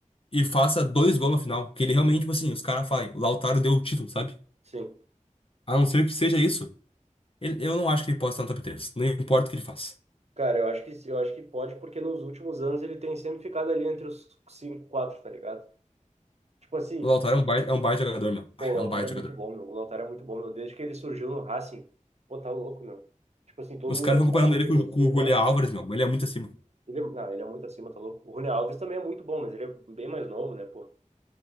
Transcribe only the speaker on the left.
e faça dois gols no final, que ele realmente, tipo assim, os caras falem, o Lautaro deu o título, sabe?
A não ser que seja isso, ele- eu não acho que ele possa estar no top 3, não importa o que ele faça.
O Lautaro é um baita, é um baita jogador, meu. Ah,
é um baita
jogador.
Os
caras
ficam
comparando ele
com, o
Ju-
com o
Julián Álvares, meu, mas ele é muito acima.